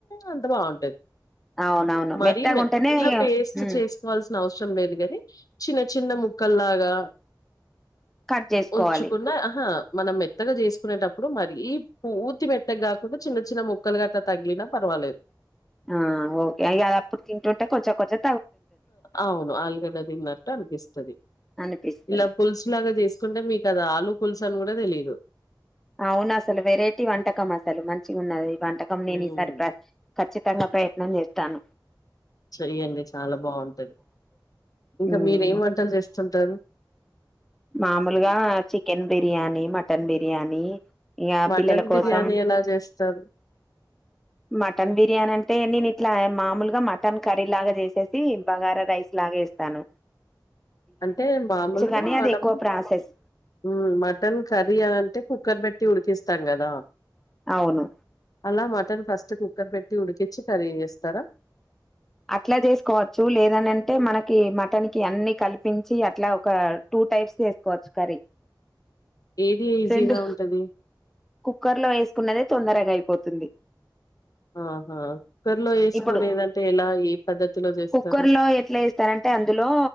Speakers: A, on the left; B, in the centre.
A: అంత బాగుంటది
B: అవునవును
A: మరి
B: మెత్తగా
A: మెత్త
B: ఉంటేనే
A: పేస్ట్
B: హ్మ్
A: చేసుకోవాల్సిన అవసరం లేదు గాని చిన్న చిన్న ముక్కల్లాగా
B: కట్ చేసుకోవాలి
A: ఉంచుకున్న ఆహా మనం మెత్తగా చేసుకునేటప్పుడు మరీ పూర్తి మెత్తగాకుండా చిన్న చిన్న కుక్కలు గట్ట తగ్గినా పర్వాలేదు
B: ఆ ఓకే అయిదప్పుడు తింటుంటే కొంచెం కొంచం
A: అవును ఆలుగడ్డ దిన్నట్ అనిపిత్తది
B: అనిపిస్తది
A: ఇలా పులుసు లాగా చేసుకుంటే మీకు అది ఆలు పుల్సు అని కూడా తెలీదు
B: అవును అసలు వెరైటీ వంటకం అసలు మంచిగ ఉన్నది ఈ వంటకం
A: హ్మ్.
B: నేను ఈసారి ఖచ్చిత ప్రయత్నం చేత్తాను
A: చెయ్యండి. చాలా బావుంటది. ఇంకా
B: ఊమ్
A: మీరేం వంటలు జేస్తుంటారు?
B: మామూలుగా చికెన్ బ బిర్యానీ మటన్ బిర్యానీ ఇగ
A: మటన్
B: పిల్లల కోసం
A: బిర్యానీ ఎలా జేస్తారు?
B: మటన్ బిర్యానీ అంటే నేను ఇట్లా మామూలుగా మటన్ కర్రీ లాగా చేసేసి బగారా రైస్ లా అలాగేస్తాను
A: అంటే మామూలుగా
B: కానీ
A: మనం
B: అది ఎక్కువ ప్రాసెస్
A: ఉ మటన్ కర్రీ అని అంటే కుక్కర్ పెట్టి ఉడికిస్తాం కదా
B: అవును
A: అలా మటన్ ఫస్ట్ కుక్కర్ పెట్టి ఉడికిచ్చి కర్రీ చేస్తరా
B: అట్లా చేసుకోవచ్చు లేదు అని అంటే మనకు కి మటన్ కి అన్ని కల్పించి అట్ల ఒక టూ టైప్స్ చేసుకోవచ్చు కర్రీ
A: ఏది ఈజీగా
B: రెండు
A: ఉంటది?
B: కుక్కర్లో వేసుకున్నదే తొందరగా అయిపోతది
A: ఆహా కుక్కర్లో వేసుకునేదంటే
B: ఇప్పుడు
A: ఎలా ఏ పద్ధతిలో చేస్తరు
B: కుక్కర్‌లో ఎట్లా ఏస్తారంటే అందులో